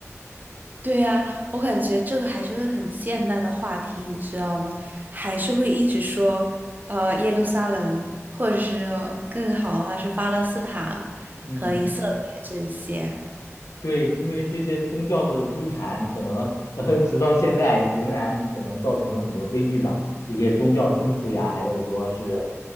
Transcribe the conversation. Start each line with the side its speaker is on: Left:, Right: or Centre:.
Right: 对呀，我感觉这个还是个很现代的话题，你知道吗？还是会一直说，呃，耶路撒冷，或者是更好的话是巴勒斯坦和以色列这些。
Left: 嗯。对，因为这些宗教的纠缠，可能呃，直到现在仍然可能造成了很多悲剧吧。这些宗教冲突呀，还有说是，